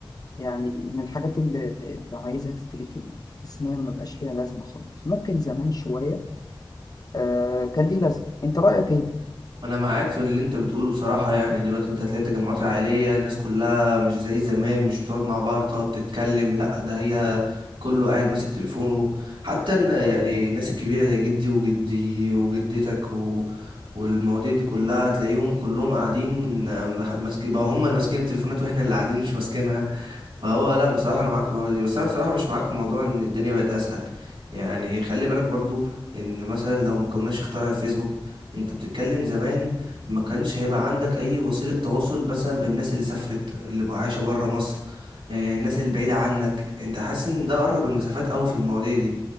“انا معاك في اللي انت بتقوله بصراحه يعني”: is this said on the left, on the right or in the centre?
Right